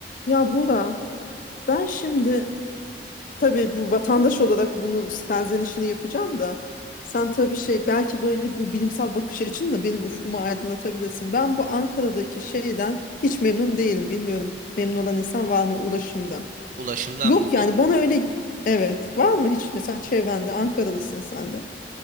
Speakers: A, on the left; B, on the right.
A: Ya Bora, ben şimdi tabii bu vatandaş olarak bunun serzenişini yapacağım da sen tabii şey belki böyle bu bilimsel bakış açınla benim ufkumu aydınlatabilirsin. Ben bu Ankara'daki şeyden hiç memnun değilim. Bilmiyorum memnun olan insan var mı ulaşımda?
B: Ulaşımdan
A: Yok
B: mı?
A: yani
B: Yok.
A: bana öyle evet var mı hiç mesela çevrende Ankaralısın sen de.